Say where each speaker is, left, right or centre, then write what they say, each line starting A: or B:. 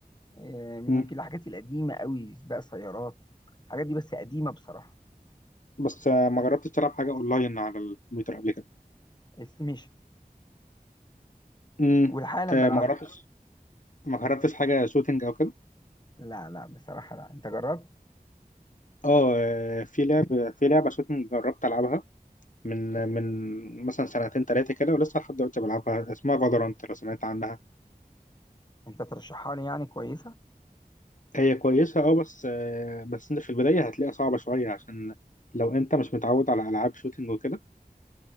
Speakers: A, on the left; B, on the left.
A: آه، ممكن
B: مم.
A: الحاجات القديمة قوي سباق سيارات الحاجات دي بس قديمة بصراحة
B: بس آه، ما جربتش تلعب حاجه اونلاين على الكمبيوتر قبل كده
A: استيميشن
B: مم.
A: والحالا
B: آه،
A: بلعبها
B: ما جربتش ما جربتش حاجه شوتينج او كده
A: لا لا بصراحة لا انت جربت
B: اه آه، في لعب في لعبه شوتينج جربت العبها من من مثلا سنتين ثلاثه كده ولسه لحد دلوقتي بلعبها اسمها فالورانت لو سمعت عنها
A: انت ترشحها لي يعني كويسة
B: هي كويسة اه بس آه، بس انت في البداية هتلاقيها صعبة شوية عشان لو انت مش متعود على العاب شوتينج وكده